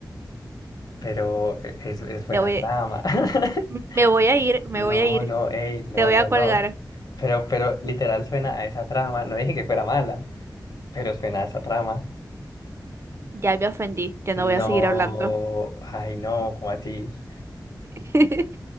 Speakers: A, on the left; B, on the right.
A: pero e, es, es buena
B: Te voy...
A: trama. <laughs>
B: Me voy a ir, me
A: No,
B: voy a ir,
A: no, ey, no,
B: te voy
A: no,
B: a colgar.
A: no. Pero, pero literal suena a esa trama. No dije que fuera mala, pero suena a esa trama.
B: Ya me ofendí, ya
A: No,
B: no voy a seguir hablando.
A: ay, no, ¿cómo así?
B: <laughs>